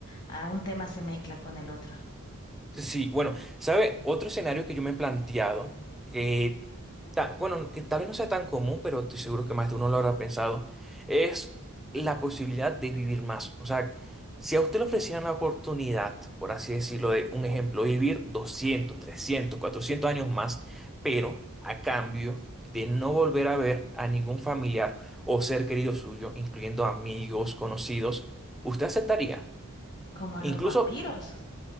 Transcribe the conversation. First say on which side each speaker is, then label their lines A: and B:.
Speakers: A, on the left; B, in the centre.
A: a un tema se mezcla con el otro,
B: Sí, bueno, ¿sabe? Otro escenario que yo me he planteado, que, ta- bueno, que tal vez no sea tan común, pero estoy seguro que más de uno lo habrá pensado, es la posibilidad de vivir más. O sea, si a usted le ofrecieran la oportunidad, por así decirlo, de un ejemplo, vivir 200, 300, 400 años más, pero a cambio de no volver a ver a ningún familiar o ser querido suyo, incluyendo amigos, conocidos, ¿usted aceptaría?
A: como
B: Incluso
A: los vampiros.